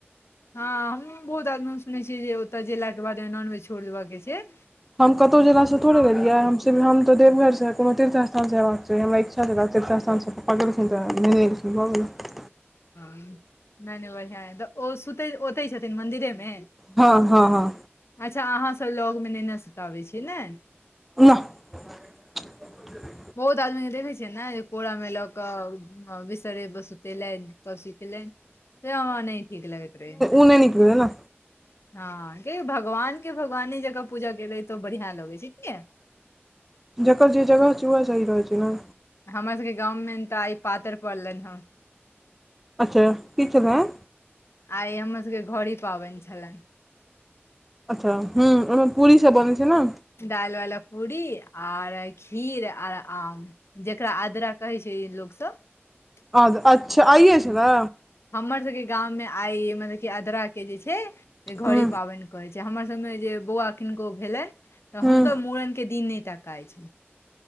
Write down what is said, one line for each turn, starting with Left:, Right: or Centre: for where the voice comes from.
Left: हँ हमूँ बहुत आदमी हम सुनैत छियै जे ओतय गेलाके बादमे नॉनवेज छोड़ि देबय के छैय।
Centre: हम कतहु जेलासँ थोड़े गेलियै हम हम तऽ देवघरसँ कोनो तीर्थ स्थानसँ अयबाक चाही हमरा इच्छा छला त तीर्थस्थान पकड़लखिन तऽ <unintelligible>
Left: नहि नहि बढ़िआँ हइ तऽ ओ सुतै ओतै छथिन मन्दिरेमे?
Centre: हँ हँ हँ
Left: अच्छा अहाँसब लगमे नैने सुताबै छियै ने?
Centre: नहि <unintelligible>
Left: बहुत आदमी के देखै छै ने जे कोरा में ल के बिसतरे पर सुतेलैन सब चीज से हमरा नहि ठीक लगैत रहैया
Centre: उ नै नीक भेल ने
Left: हँ के भगवान के भगवानी जकाँ पूजा केले तऽ बढ़िआँ लगै छै किने
Centre: जकर जे जगह छै उएह सही रहै छै ने
Left: हमरा सबके गाँवमे तऽ आइ पातर पड़लनि हन
Centre: अच्छा की छलाह
Left: आइ हमर सबके घड़ी पाबैन छलाए
Centre: अच्छा ह्म ओहिमे पूरी सब बनै छै ने
Left: दाइलवाला पूरी आर खीर आर आम जेकरा आद्रा कहै छै लोकसब
Centre: आ् अच्छा आइए छलै
Left: हमर सबके गाममे आइ मतलब कि अदराके जे छै घड़ी
Centre: हूँ
Left: पाबनि कहै छै हमर सबमें जे बौआ किनको भेलै तऽ
Centre: हूँ
Left: हुनकर मूड़नके दिन नहि तकाइ छै